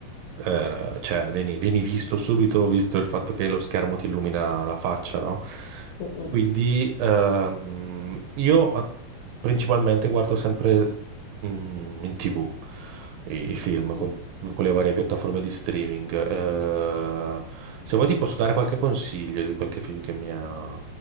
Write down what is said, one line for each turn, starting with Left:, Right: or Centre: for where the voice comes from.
Right: eh, cioè vieni, vieni visto subito, visto il fatto che lo schermo ti illumina la faccia, no?
Left: mm, mm.
Right: Quindi ehm, io a- principalmente guardo sempre mm, in TV i, i film
Left: Mhm.
Right: con, con le varie piattaforme di streaming. Eh, se vuoi ti posso dare qualche consiglio di qualche film che mi ha-